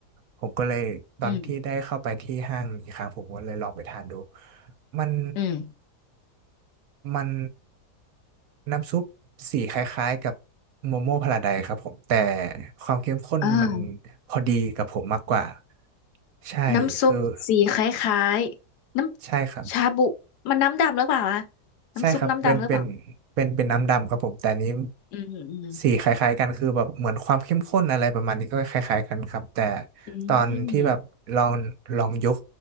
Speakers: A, on the right (about 65°); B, on the left (about 80°).
A: ผมก็เลยตอนที่ได้เข้าไปที่ห้างอีกครั้งผมก็เลยลองไปทานดู
B: อืม
A: มัน
B: อืม
A: มันน้ำซุปสีคล้ายๆกับโมโม่พาราไดครับผมแต่ความเข้มข้นมัน
B: อ่า
A: พอดีกับผมมากกว่าใช่คือ
B: น้ำซุปสีคล้ายๆน้ำชาบุมันน้ำดำหรือเปล่าอะ
A: ใช่ครับ
B: น้ำซุปน้ำดำหรือเปล่า
A: ใช่ครับเป็นเป็นเป็นเป็นน้ำดำครับผม แต่อันนี้
B: อืมอืม
A: สีคล้ายๆกันคือแบบเหมือนความเข้มข้นอะไรประมาณนี้ก็คล้ายๆกันครับแต่
B: อืมอืม
A: ตอนที่แบบลองลองยก